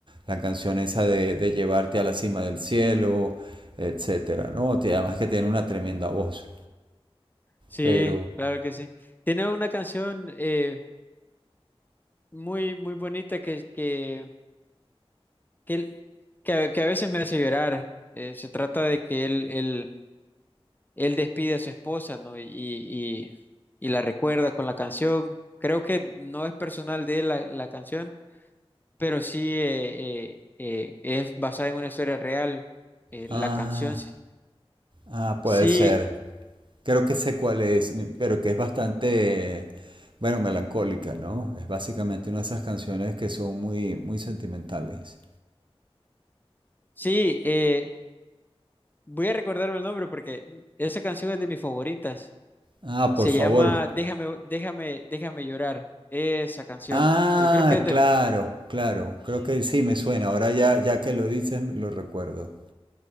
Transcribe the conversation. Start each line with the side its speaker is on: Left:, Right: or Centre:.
Right: La canción esa de, de llevarte a la cima del cielo, etcétera, ¿no? Te- Además que tiene una tremenda voz.
Left: Sí,
Right: Pero.
Left: claro que sí. Tiene una canción eh, muy, muy bonita que, que, que, él- que, a que a veces me hace llorar. Eh, se trata de que él, él, él despide a su esposa, ¿no? Y, y, y la recuerda con la canción. Creo que no es personal de él la la canción, Pero sí eh, eh, eh, es basada en una historia real, eh,
Right: Ah,
Left: la canción. Sí,
Right: ah, puede
Left: sí,
Right: ser. Creo que sé cuál es, pero que es bastante, bueno, melancólica, ¿no? Es básicamente una de esas canciones que son muy, muy sentimentales.
Left: sí, eh, voy a recordarme el nombre porque esa canción es de mis favoritas.
Right: Ah,
Left: Se
Right: por favor.
Left: llama Déjame, déjame, déjame llorar. Esa canción.
Right: Ah,
Left: Eh, creo que es del...
Right: claro, claro. Creo que sí me suena. Ahora ya, ya que lo dices, lo recuerdo.